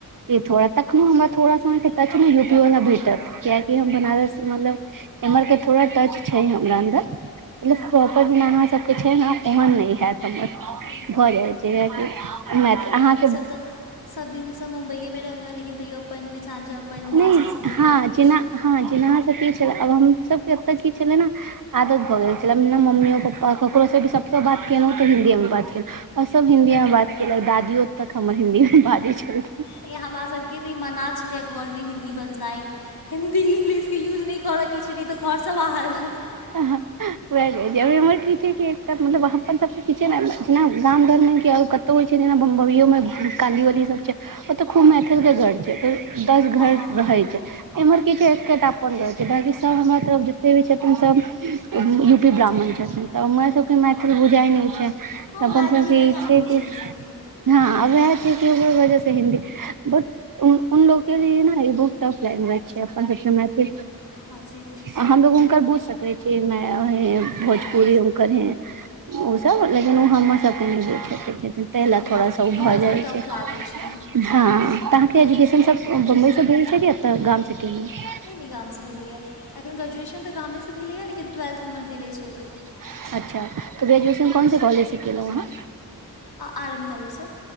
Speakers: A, on the right; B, on the left.
A: ई थोड़ा तखनो हमरा थोड़ा सा अहाँके टच मे यूपी वाला भेटत कियकि हम बनारस मतलब। एम्हर के थोड़ा टच छै हमरा अन्दर। मतलब
B: हँ
A: प्रॉपर
B: हँ
A: जेना अहाँ सबके छै ने ओहन नहि हेत हमर।
B: ए
A: भऽ
B: हँ
A: जाइ
B: हँ
A: छै जेाकि मैच
B: नहि हमहूँसभ
A: अहाँके।
B: तऽ सभ दिनसँ मुम्बइएमे रहलहुँ हेँ लेकिन तैयो तो अपन मिथिलाञ्चल अपन भाषासँ
A: नहि
B: बहुत
A: हँ
B: अथी अछि
A: जेना। हँ जेनाहा सबके छले आब हम सब के एते की छले ने आदत भऽ गेल। मतलब ने मम्मीओ
B: हँ
A: पप्पा ककरोसँ भी सभसँ बात केलहुँ तऽ हिन्दीएमे बात केलहुँ। आओ सभ हिंन्दीमे बात कयेलक दादियो तक हमर हिंन्दीमे बाजैत छल।
B: नइ हमरासभके तऽ ई मना छलै घरमे हिन्दी बजनाइ। हिन्दी इंग्लिशके यूज नहि कोरके छै नहि त घरसँ बाहर।
A: हहाँ। र की एक मतलब वहाँ पर सब पीछे ने इना गाम घरमे कि होइ छै जेना बम्बो मे काली वाली सब छै ओतऽ खूब मैथिल के घर छै। दस घर
B: हँ हँ
A: रहै छै। एमर किछ एकटा अपनन रह छै बाकी सभ हमरार जतेक भी छै तन सभ यू पी ब्राह्मण छथिन तऽ रा सब के मैथिल बुझााय नई छै। त
B: हँ
A: अपन
B: मैथिल
A: सब
B: नहि
A: छै
B: आबै छनि
A: की
B: सबके
A: हँ वैऽह छै वजह छै हिन्दी ब उन उनलोक के न बहुत टफ लाइग जाए छै अपन सब के मैथिल
B: हँ से तऽ छै
A: हमलोग हुनकर बुझ सकले छी मैाय है भोजपुरी
B: हँ
A: हुनकर हैं। ओसभ लेकिन ओ हमरसभके जे खकै छथिन ताहि लेल
B: नहि बुझै
A: थोड़ा
B: छै
A: सा ओ भऽ
B: हुनका सबके
A: जाइ
B: टफ
A: छै।
B: लागै छनि
A: हँ तऽहाँके एजुकेशन
B: हूँ
A: सब बम्बई से भेल छै की एतऽ गाम से तना <inaudible>
B: नहि -नहि गामसँ भेलैय, लेकिन ग्रेजुएशन तऽ गामेसँ भेलैयै लेकिन ट्वेल्थ हम भेलै ओतयसँ
A: अच्छा! तऽ ग्रेजुएशन कोन से कॉेजसँ केलो वहाँ
B: आर एन कॉलेजसँ